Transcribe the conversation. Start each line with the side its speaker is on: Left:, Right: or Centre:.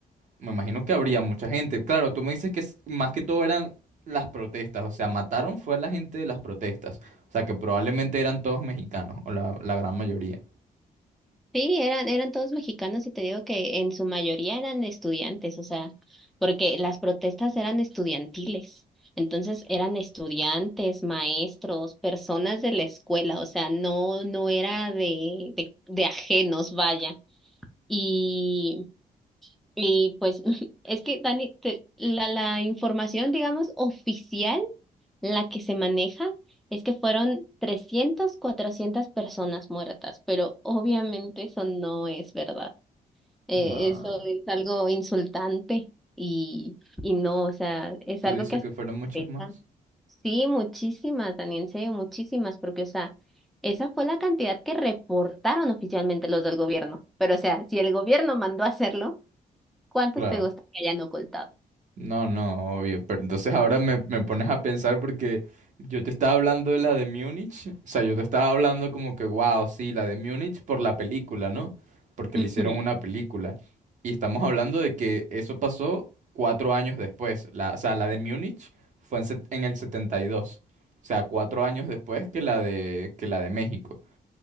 Right: me imagino que habría mucha gente. Claro, tú me dices que es- más que todo eran las protestas, o sea, mataron fue a la gente de las protestas, o sea, que probablemente eran todos mexicanos, o la, la gran mayoría.
Centre: Sí, eran, eran todos mexicanos y te digo que en su mayoría eran estudiantes, o sea, porque las protestas eran estudiantiles. Entonces eran estudiantes, maestros, personas de la escuela, o sea, no, no era de, de, de ajenos, vaya. Y, y pues <laughs> es que, Dani, te- la, la información, digamos, oficial, la que se maneja, es que fueron 300, 400 personas muertas, pero obviamente eso no es verdad. Eh,
Right: No,
Centre: eso es algo insultante y, y no, o sea, es
Right: tú
Centre: algo
Right: dices
Centre: que hasta
Right: que fueron muchos
Centre: afecta.
Right: más.
Centre: Sí, muchísimas, Daniel, en serio, muchísimas, porque, o sea, esa fue la cantidad que reportaron oficialmente los del gobierno. Pero, o sea, si el gobierno mandó a hacerlo, ¿cuántos
Right: Claro.
Centre: te gusta que hayan ocultado?
Right: No, no, obvio. Pero entonces ahora me, me pones a pensar porque yo te estaba hablando de la de Múnich. O sea, yo te estaba hablando como que, wow, sí, la de Múnich por la película, ¿no? Porque
Centre: Ujú.
Right: le hicieron una película. Y estamos hablando de que eso pasó cuatro años después. La, o sea, la de Múnich fue en, set- en el setenta y dos, O sea, cuatro años después que la de, que la de México.